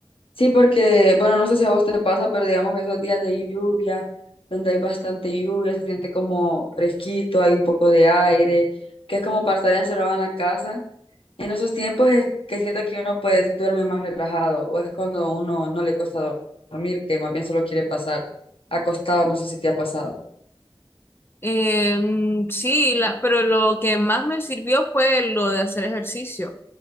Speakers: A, on the left; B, on the left.
A: Sí, porque, bueno, no sé si a vos te pasa, pero digamos que esos días de lluvia, donde hay bastante lluvia, se siente como fresquito, hay un poco de aire, que es como para estar encerrado en la casa. En esos tiempos es que siento que uno pues duerme más relajado o es cuando uno no le cuesta dormir, que más bien solo quiere pasar acostado, no sé si te ha pasado.
B: eh sí, la- pero lo que más me sirvió fue lo de hacer ejercicio,